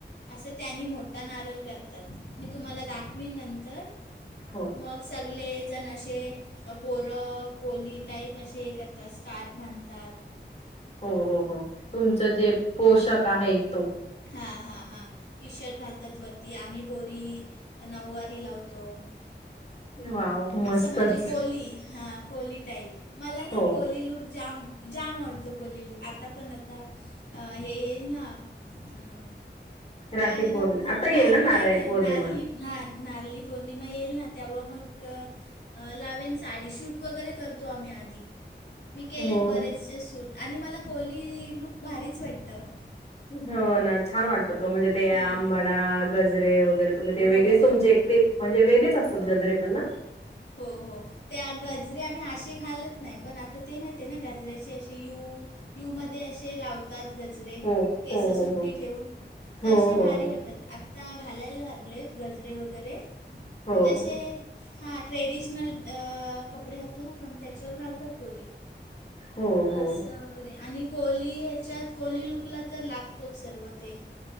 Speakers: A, on the left; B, on the left.
A: असं त्यांनी मोठा नारळ करतात, मी तुम्हाला दाखवीन नंतर.
B: हो,
A: मग सगळे जणं असे, म पोरं कोली टाईप असे हे करतात स्कार्फ बांध तात.
B: हो हो हो, तुमचं जे पोषाक
A: आणि
B: आहे तो.
A: हां हां हां, टी शर्ट घालतात वरती, आम्ही पोरी नऊवारी लाव तो,
B: वॉव! मस्तच.
A: असं म्हणजे कोली, हां. कोळी टाईप, मला
B: हो.
A: ना कोली लुक जाम जाम आवडतो कोली लूक, आता पण आता हे येईल ना, अं काय
B: राखी
A: बरं
B: पौर्णि
A: आपलं,
B: आता
A: नाही
B: येईल ना नारळी
A: नाही
B: पौर्णिमा?
A: नारली हार नारली पौर्णिमा येईल ना, तेव्हा मग अं लावेन साडी, शूट वगैरे करतो आम्ही आधी. मी केलेत
B: हो.
A: बरेचसे सूट, आणि मला कोली लूक भारीच वाटतं.
B: हो ना छान वाटतं तो,, म्हणजे ते
A: हां
B: आंबाडा, गजरे वगैरे. तुम्ही ते
A: हो
B: वेगळेच
A: हो
B: तुमचे
A: हो
B: एक ते, म्हणजे वेगळेच असतात
A: हो
B: गजरे पण ना.
A: हो हो, ते गजरे आम्ही असे घालत नाय, पण आता ते माहिती आहे ना गजऱ्याची अशी यु यू मध्ये असे लाव लावतात गजरे,
B: हो
A: केस
B: हो
A: सुट्टी
B: हो
A: ठेवून,
B: हो
A: तसेे
B: हो हो
A: भारी
B: हो.
A: वाटतात आ आता घालायला लागलेत गजरे वगैरे, म्हणजे
B: हो हो
A: असे हां ट्रेडिशनल अं कपडे घालतो ना आपण, त्याच्यावर घालतात पोरी.
B: हो हो
A: असं वगैरे, आणि कोली ह्याच्यात, कोली लुकला तर लागतोच सर्व ते.